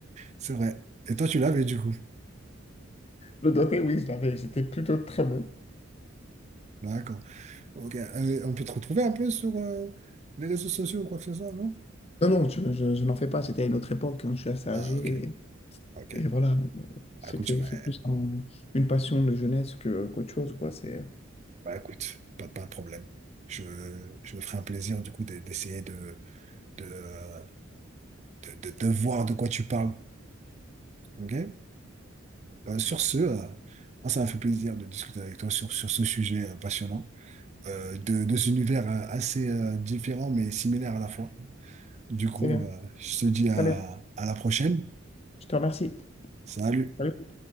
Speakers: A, on the right (about 35°); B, on the left (about 30°).
A: c'est vrai. Et toi, tu l'avais du coup.
B: Le dernier, oui, je l'avais. J'étais plutôt très bon.
A: D'accord. Ok. Euh, on peut te retrouver un peu sur euh, les réseaux sociaux ou quoi que ce soit, non?
B: Non, non, je, je- je n'en fais pas. C'était à une autre époque. hein, Je suis assez
A: Ah,
B: âgé.
A: ok, ok.
B: Et, et voilà, euh, c'était,
A: Bah, écoute, je- ouais.
B: c'est plus un- une passion de jeunesse que, qu'autre chose, quoi. C'est,
A: Bah, écoute, pas, pas de problème. Je, je me ferai un plaisir du coup de- d'essayer de, de, de, de, de voir de quoi tu parles. Ok? Euh, sur ce, euh, moi, ça m'a fait plaisir de discuter avec toi sur, sur ce sujet euh, passionnant, euh, de, deux univers euh, assez euh, différent mais similaires à la fois. Du coup,
B: c'est bien.
A: euh, je te dis à
B: Très bien.
A: à la prochaine.
B: Je te remercie.
A: Salut!
B: Salut.